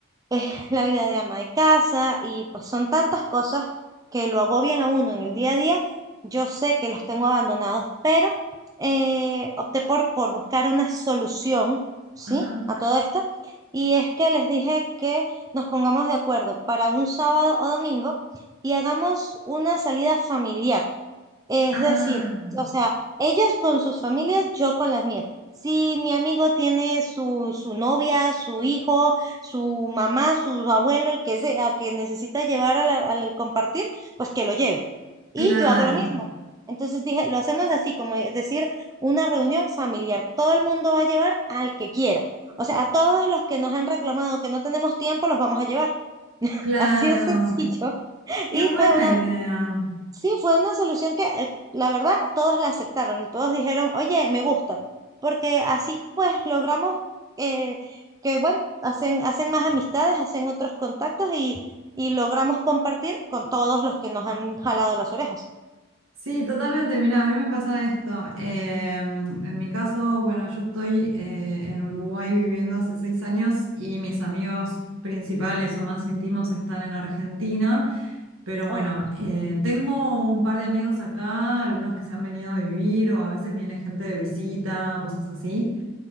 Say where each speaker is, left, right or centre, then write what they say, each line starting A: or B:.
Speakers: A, on the right; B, on the right.
A: es la vida de ama de casa y pues son tantas cosas que lo agobian a uno en el día a día. Yo sé que los tengo abandonados, pero eh, opté por, por buscar una solución, ¿sí?
B: Ajá.
A: A todo esto. Y es que les dije que nos pongamos de acuerdo para un sábado o domingo y hagamos una salida familiar. Es
B: Ah,
A: decir, o sea, ellos con sus familias, yo con las mías. Si mi amigo tiene su, su novia, su hijo, su mamá, su abuelo, el que sea, que necesita llevar a la- al compartir, pues que lo lleve. Y
B: claro.
A: yo hago lo mismo. Entonces dije, lo hacemos así, como es decir, una reunión familiar. Todo el mundo va a llevar al que quiera. O sea, a todos los que nos han reclamado que no tenemos tiempo, los vamos a llevar. <laughs>
B: Claro,
A: Así de sencillo.
B: qué
A: Y
B: buena
A: fue una
B: idea.
A: Sí, fue una solución que eh, la verdad todos la aceptaron, todos dijeron, oye, me gusta, porque así pues logramos eh, que, bueno, hacen, hacen más amistades, hacen otros contactos y, y logramos compartir con todos los que nos han jalado las orejas.
B: Sí, totalmente. Mira, a mí me pasa esto. Eh, en mi caso, bueno, yo estoy eh, en Uruguay viviendo hace seis años y mis amigos principales o más íntimos están en Argentina. Pero bueno,
A: Ah,
B: eh, tengo un par de amigos acá, algunos que se han venido a vivir o a veces viene gente de visita, cosas así.